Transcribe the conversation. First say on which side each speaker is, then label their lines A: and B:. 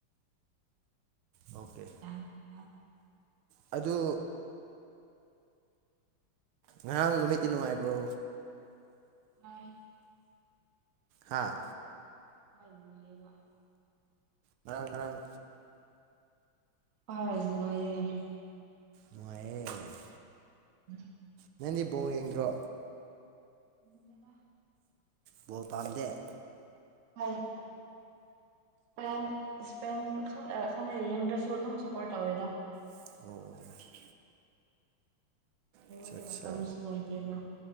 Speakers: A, on the right (about 85°); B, on the right (about 50°).
A: ꯑꯣꯀꯦ
B: <unintelligible>
A: ꯑꯗꯨ ꯉꯔꯥꯡ ꯅꯨꯃꯤꯠꯇꯤ ꯅꯨꯡꯉꯥꯏꯕ꯭ꯔꯣ
B: ꯍꯥꯏ
A: ꯍꯥꯥ
B: ꯍꯥꯏꯅꯨꯡꯉꯥꯏꯌ°ꯕ
A: ꯉꯔꯥꯡ ꯉꯔꯥꯡ
B: ꯍꯥ ꯑꯗꯨꯅꯨꯡꯉꯥꯏꯌꯦ
A: ꯅꯨꯉꯥꯏꯌ°
B: ꯎꯝ
A: ꯅꯪꯗꯤ ꯕꯣ ꯌꯦꯡꯗ꯭ꯔꯣ
B: <inaudible>
A: ꯕꫭꯜ ꯄꯥꯝꯗ°
B: ꯍꯣꯏ ꯏꯁꯄ ꯏꯁꯄꯦꯟ ꯈꯂ ꯌꯦꯡꯗ꯭ꯔꯁꯨ ꯑꯗꯨꯝ ꯁꯞꯄꯣꯔꯠ ꯇꯧꯋꯦꯗ
A: ꯑꯣ
B: ꯌꯦꯉꯣꯏꯒꯤ
A: ꯑꯠꯆꯥ ꯑꯠꯆꯥ
B: ꯃꯇꯥꯡꯁꯨ ꯂꯩꯇꯦꯕ